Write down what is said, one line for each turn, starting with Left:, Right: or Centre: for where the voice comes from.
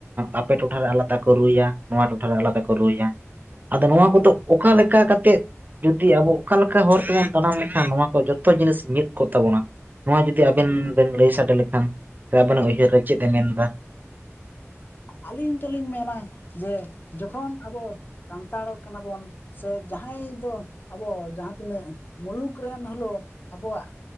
Right: ᱟᱯᱮ ᱴᱚᱴᱷᱟ ᱨᱮ ᱟᱞᱟᱫᱟ ᱠᱚ ᱨᱩᱭᱟ ᱱᱚᱣᱟ ᱴᱚᱴᱷᱟ ᱨᱮ ᱟᱞᱟᱫᱟ ᱠᱚ ᱨᱩᱭᱟ ᱟᱫᱚ ᱱᱚᱣᱟ ᱠᱚᱫᱚ
Left: ᱦᱳᱭ
Right: ᱚᱠᱟ ᱞᱮᱠᱟ ᱠᱟᱛᱮᱫ? ᱡᱩᱫᱤ ᱟᱵᱚ ᱚᱠᱟ ᱞᱮᱠᱟ ᱦᱚᱨ ᱛᱮᱵᱚᱱ ᱛᱟᱲᱟᱢ ᱞᱮᱠᱷᱟᱱ ᱱᱚᱣᱟ ᱠᱚ ᱡᱚᱛᱚ ᱡᱤᱱᱤᱥ ᱢᱤᱫ ᱠᱚᱜ ᱛᱟᱵᱚᱱᱟ ᱱᱚᱣᱟ ᱡᱩᱫᱤ ᱡᱩᱫᱤ ᱟᱵᱮᱱ ᱵᱮᱱ ᱞᱟᱹᱭ ᱥᱟᱰᱮ ᱞᱮᱠᱷᱟᱱ ᱥᱮ ᱟᱵᱮᱱᱟᱜ ᱩᱭᱦᱟᱹᱨ ᱨᱮ ᱪᱮᱫ ᱮ ᱢᱮᱱ ᱮᱫᱟ?
Left: ᱟᱹᱞᱤᱧ ᱫᱚᱞᱤᱧ ᱢᱮᱱᱟ ᱡᱮ ᱡᱚᱠᱷᱚᱱ ᱟᱵᱚ ᱥᱟᱱᱛᱟᱲᱚᱜ ᱠᱟᱱᱟ ᱵᱚᱱ ᱥᱮ ᱡᱟᱦᱟᱸᱭ ᱫᱚ ᱟᱵᱚ ᱡᱟᱦᱟᱸ ᱛᱤᱱᱟᱹᱜ ᱢᱩᱞᱩᱠ ᱨᱮᱱ ᱦᱚᱞᱳ ᱟᱵᱚᱣᱟᱜ